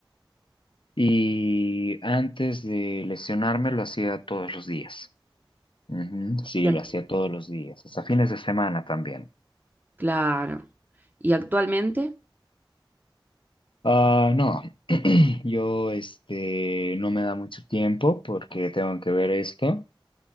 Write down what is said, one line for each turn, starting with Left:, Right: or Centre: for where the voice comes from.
Left: Y antes de lesionarme lo hacía todos los días. Ujú, Sí,
Right: Y ac-
Left: lo hacía todos los días, hasta fines de semana también.
Right: claro. ¿Y actualmente?
Left: Ah, no, <clears throat> yo este no me da mucho tiempo porque tengo que ver esto.